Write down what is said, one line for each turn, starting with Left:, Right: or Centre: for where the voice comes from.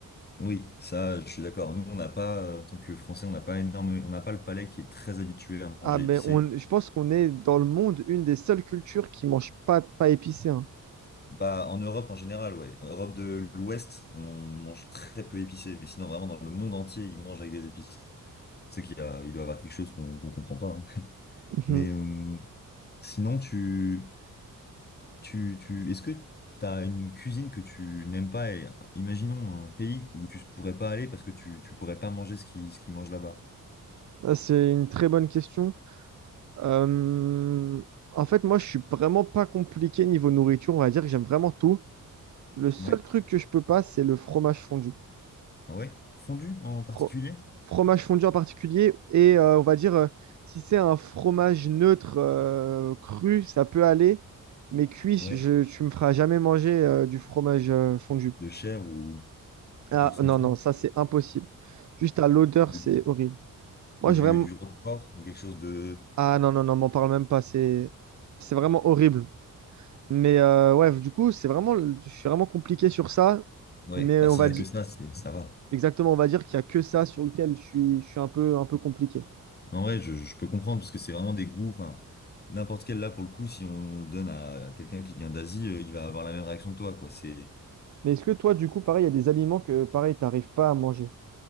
Left: Oui, ça, je suis d'accord. Nous, on n'a pas, euh, en tant que Français, on n'a pas énorme, on n'a pas le palais qui est très habitué à manger
Right: Ah, mais
Left: épicé.
Right: on, je pense qu'on est dans le monde une des seules cultures qui mange pas de pas épicé. hein.
Left: Bah, en Europe en général, ouais. En Europe de l'Ouest, on mange très peu épicé, mais sinon, vraiment, dans le monde entier, ils mangent avec des épices. C'est qu'il y a, il doit y avoir quelque chose qu'on qu'on comprend pas. hein.
Right: Mhm.
Left: Mais euh, sinon, tu, tu, tu, est-ce que tu as une cuisine que tu n'aimes pas et imaginons un pays où tu pourrais pas aller parce que tu, tu pourrais pas manger ce qu'ils ce qu'ils mangent là-bas.
Right: Ah, C'est une très bonne question. Euh, en fait, moi, je suis vraiment pas compliqué niveau nourriture. On va dire que j'aime vraiment tout. Le seul
Left: Ouais.
Right: truc que je peux pas, c'est le fromage fondu.
Left: Ah ouais? Fondue en particulier?
Right: Fro- fromage fondu en particulier. Et euh, on va dire, euh, si c'est un fromage neutre, euh, cru, ça peut aller. Mais cuit, je,
Left: Ouais.
Right: tu me feras jamais manger euh, du fromage euh, fondu.
Left: De chèvre ou,
Right: Ah,
Left: ou quelque chose comme
Right: non,
Left: ça?
Right: non, ça c'est impossible. Juste à l'odeur,
Left: Ou
Right: c'est
Left: du,
Right: horrible. Moi,
Left: ou
Right: j'ai
Left: du,
Right: vraiment.
Left: du roquefort ou quelque chose de
Right: Ah, non, non, non, m'en parle même pas. C'est c'est vraiment horrible. Mais euh, ouais, du coup, c'est vraiment. Je suis vraiment compliqué sur ça.
Left: Ouais,
Right: Mais
Left: bah,
Right: on
Left: s'il
Right: va
Left: y a
Right: dire.
Left: que ça, c'est, ça va.
Right: Exactement, on va dire qu'il y a que ça sur lequel je suis, je suis un peu, un peu compliqué.
Left: Mais en vrai, je, je peux comprendre parce que c'est vraiment des goûts. Enfin, n'importe quel là, pour le coup, si on donne à, à quelqu'un qui vient d'Asie, euh, il va avoir la même réaction que toi, quoi. C'est,
Right: Mais est-ce que toi, du coup, pareil, il y a des aliments que, pareil, t'arrives pas à manger?